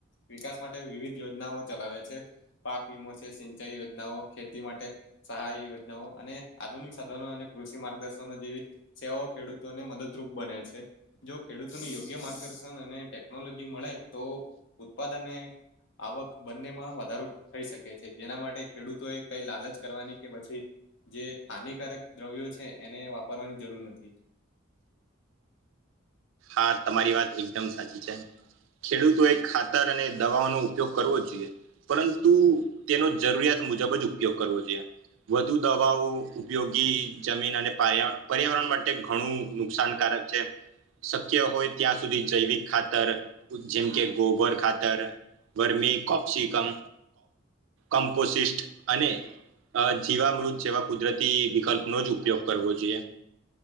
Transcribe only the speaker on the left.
વિકાસ માટે વિવિધ યોજનાઓ ચલાવે છે. પાક વીમો છે સિંચાઈ યોજનાઓ ખેતી માટે સહાય યોજનાઓ અને આધુનિક સાધનો અને કૃષિ માર્ગદર્શનો જેવી સેવાઓ ખેડૂતોને મદદરૂપ બને છે. જો ખેડૂતોને યોગ્ય માર્ગદર્શન અને ટેકનોલોજી મળે તો ઉત્પાદને આવક બંને માં વધારો થઈ શકે છે, જેના માટે ખેડૂતોએ કંઈ લાલચ કરવાની કે પછી જે હાનિકારક દ્રવ્યો છે, એને વાપરવાની જરૂર નથી.